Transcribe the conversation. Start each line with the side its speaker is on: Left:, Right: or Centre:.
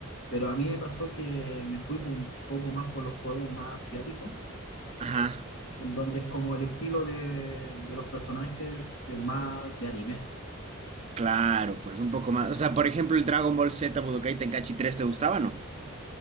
Left: pero a mí me pasó que me fui por un poco más por los juegos más asiáticos,
Right: Ajá,
Left: en donde es como el estilo de, de los personajes es más de anime.
Right: claro, pues un poco más. O sea, por ejemplo, el Dragon Ball Z Budokai Tenkaichi tres ¿te gustaba, o no?